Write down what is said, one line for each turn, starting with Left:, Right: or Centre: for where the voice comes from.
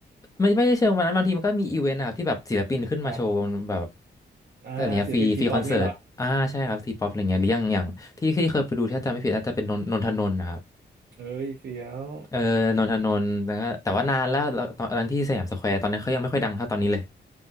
Left: ไม่ไม่ได้เชิงวันนั้นบางทีมันก็มีอีเวนต์นะครับที่แบบศิลปินขึ้นมาโชว์บนแบบ
Right: ครับ อ่าศิลปินทีป๊อปเงี้ยเหรอ
Left: อะไรเงี้ยฟรีฟรีคอนเสิร์ตอ่าใช่ครับทีป๊อปอะไรเงี้ยหรืออย่างอย่างที่ที่เคยไปดูที่ถ้าจำไม่ผิดน่าจะเป็นนนนนทนนท์นะครับ
Right: เอ้ยเฟี้ยว
Left: เออนนทนนท์แล้วก็แต่ว่านานแล้วแล้วตอนนั้นที่สยามสแควร์ตอนนั้นเขายังไม่ค่อยดังเท่าตอนนี้เลย